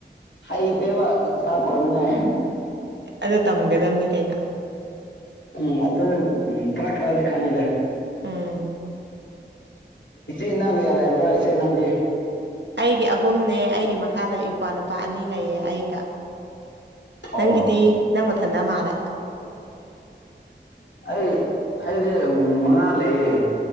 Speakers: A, on the left; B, on the right.
A: ꯍꯩꯇꯦꯕ ꯆꯥꯛ ꯊꯣꯡꯅꯤꯉꯥꯏ
B: ꯑꯗꯣ ꯇꯝꯒꯗꯕꯅꯤ ꯀꯩꯅꯣ
A: ꯎꯝ ꯑꯗꯨꯗ ꯎ ꯈꯔ ꯈꯔꯗꯤ ꯈꯪꯉꯗ
B: ꯎꯝ
A: ꯏꯆꯦ ꯅꯪ ꯀꯌꯥ ꯂꯩꯕ꯭ꯔꯣ ꯏꯆꯦ ꯅꯪꯗꯤ
B: ꯑꯩꯒꯤ ꯑꯍꯨꯝꯅꯦ ꯑꯩꯒꯤ ꯃꯈꯥꯗ ꯏꯄꯥ ꯅꯨꯄꯥ ꯑꯅꯤ ꯂꯩꯌꯦ ꯑꯩꯒ
A: ꯑꯣ
B: ꯅꯪꯒꯤꯗꯤ ꯅꯪ ꯃꯊꯟꯗ ꯃꯥꯜꯂꯦ
A: ꯑꯩ ꯑꯩꯗꯤ ꯎꯝ ꯃꯉꯥ ꯂꯩꯌꯦ